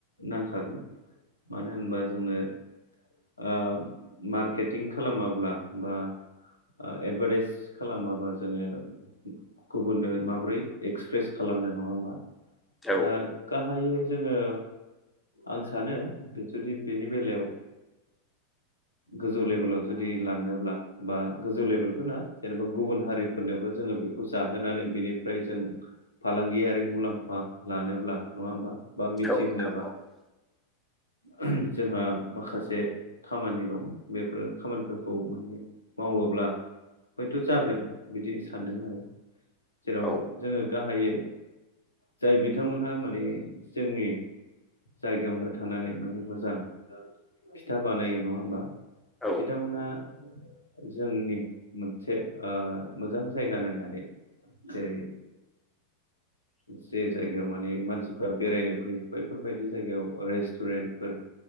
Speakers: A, on the left (about 80°); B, in the centre.
A: नांखागोन मानो होनबा जोंनो ओ मार्केटिं खालामाब्ला बा ओ एडभार्टाइस खालामाबा जोङो गुबुननो माबोरै एक्सप्रेस खालामनो नङा होमबा
B: हागोन औ
A: दा गाहायै जोङो आं सानो बे जुदि बेनि बेलायाव
B: <inaudible>
A: गोजौ लेभेलाव जुदि लांनोब्ला बा गोजौ लेभेलथ' नङा जेनेबा गुबुन हारिफोरनोबो जोङो बे खौ जाहोनानै बेनिफ्राय जों फालांगियारि मुलाम्फा लानोब्ला नङा होमबा बा मिथिहोनोबा
B: औ नोंथां औ
A: ओहम जोंहा माखासे खामानि दं बेफोर खामानिफोरखौ माने मावोब्ला हयथ' जागोन बिदि सानदों आरो जेराव
B: औ
A: जोङो गा हायै जाय बिथांमोनहा माने जोंनि जायगायावनो थानानै माने मोजां फिथा बानायो नङा होमबा
B: औ
A: बिथांमोनहा जोंनि मोनसे ओ मोजां जायगा नायनानै जेरै जे जायगायाव माने मानसिफ्रा बेरायनो फैयो बैफोरबायदि जायगायाव रेस्ट टुरेन्टफोर